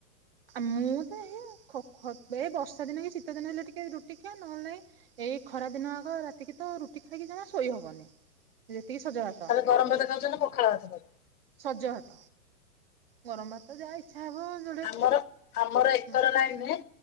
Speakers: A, on the right (about 40°); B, on the left (about 75°).
A: ଆ ମୁଁ ତ ଏଇଆ ଖୋ-ଏଇ ବର୍ଷା ଦିନ କି ଶୀତ ଦିନ ହେଲେ ଟିକେ ରୁଟି ଖିଆ ନହେଲେନାଇ, ଏଇ ଖରା ଦିନ ଆଗ ରାତିକି ତ ରୁଟି ଖାଇକି ଜମା ଶୋଇ ହବନି। ଯେତିକି ସଜ ଭାତ।
B: ତମେ ଗରମ ଭାତ ଖାଉଛ, ମୁଁ ପଖାଳ ଭାତ ଖାଉଚି।
A: ସଜ ଭାତ ଗରମ ଭାତ ଯାହା ଇଚ୍ଛା ହବ ଯୋଡେ
B: ଆମର ଆମର ଏକର
A: ହଁ
B: ନାଇଁ ନୁହେଁ